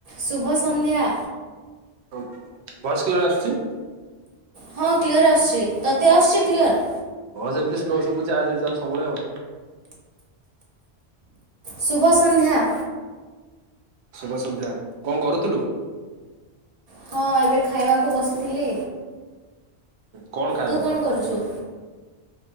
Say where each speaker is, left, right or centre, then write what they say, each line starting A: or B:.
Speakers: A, on the right (about 40°); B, on the right (about 80°).
A: ଶୁଭ ସନ୍ଧ୍ୟା।
B: ଭଏସ କ୍ଲିୟର ଆସୁଚି?
A: ହଁ କ୍ଲିଅର୍ ଆସୁଚି। ତତେ ଆସୁଚି କ୍ଲିଅର୍?
B: ହଁ ସେମତି ସ୍ଲୋ ସୁୁଭୁଚି ଆଜ୍ ୟୁଜୁଆଲ ସବୁବେଳେ ଆଉ।
A: ଶୁଭ ସନ୍ଧ୍ୟା।
B: ଶୁଭ ସନ୍ଧ୍ୟା। କଣ କରୁଥିଲୁ?
A: ହଁ ଏବେ ଖାଇବାକୁ ବସିଥିଲି।
B: କଣ ଖାଇବାକୁ
A: ତୁ କଣ କରୁଚୁ?